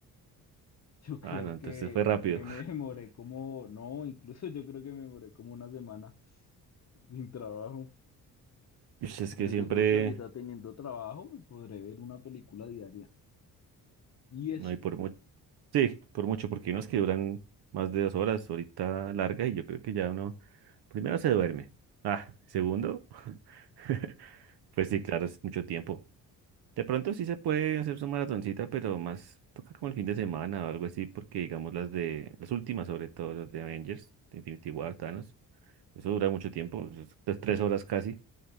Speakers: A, on the left; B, on the right.
A: <laughs> Yo creo
B: Ah, no, entonces
A: que,
B: fue rápido.
A: que me demoré como, no, incluso yo creo que me demoré como una semana sin trabajo.
B: <laughs> Ush, Es
A: Pero
B: que siempre,
A: yo creo que ahorita teniendo trabajo me podré ver una película diaria. Y eso.
B: no hay por mucho. Sí, por mucho, porque hay unos que duran más de dos horas, ahorita larga, y yo creo que ya uno, primero se duerme. Ah, segundo, <laughs> pues sí, claro, es mucho tiempo. De pronto sí se puede hacer su maratoncita, pero más toca como el fin de semana o algo así, porque digamos las de, las últimas sobre todo, las de Avengers, de Infinity War, Thanos, eso dura mucho tiempo, eso es pues, tres horas casi,